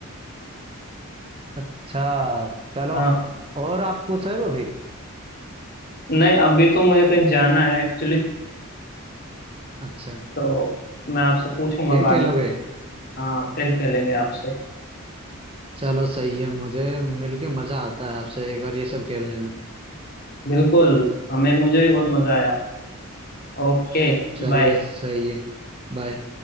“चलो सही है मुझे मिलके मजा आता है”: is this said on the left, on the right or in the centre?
Right